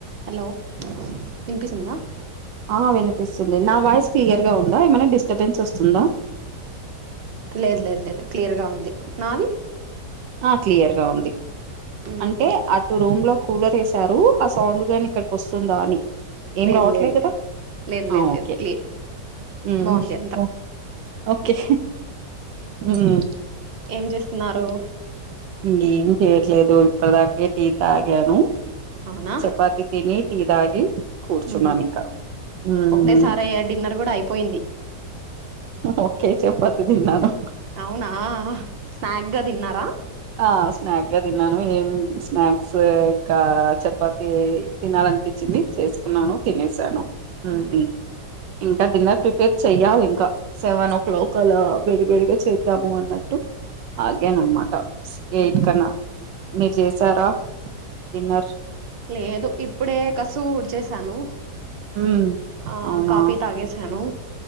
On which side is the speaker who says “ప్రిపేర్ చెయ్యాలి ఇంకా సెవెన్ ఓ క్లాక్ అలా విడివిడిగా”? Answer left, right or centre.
Right